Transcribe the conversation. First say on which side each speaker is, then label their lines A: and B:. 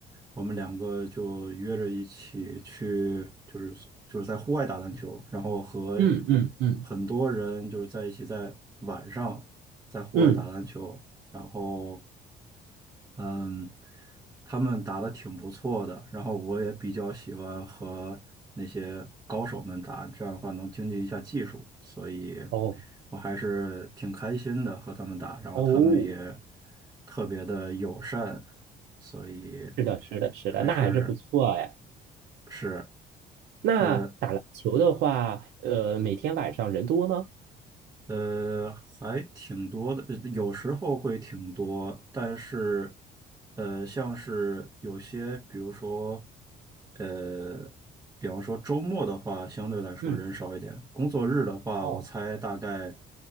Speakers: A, on the right; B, on the right.
A: 我们两个就约着一起去，就是就是在户外打篮球，然后和
B: 嗯嗯嗯
A: 很多人就是在一起在晚上在户外打篮球。
B: 嗯，
A: 然后嗯，他们打的挺不错的，然后我也比较喜欢和那些高手们打，这样的话能经济一下技术，所以
B: 哦
A: 我还是挺开心的和他们打，然后他们也
B: 哦，
A: 特别的友善，所以
B: 是的，是的，是的，
A: 还是
B: 那还是不错哎。
A: 是。
B: 那打篮球的话，
A: 呃。
B: 呃，每天晚上人多吗？
A: 呃，还挺多的，呃有时候会挺多，但是，呃，像是有些，比如说，呃，比方说周末的话，相对来说人少一点。
B: 嗯，
A: 工作日的话，
B: 哦，
A: 我猜大概，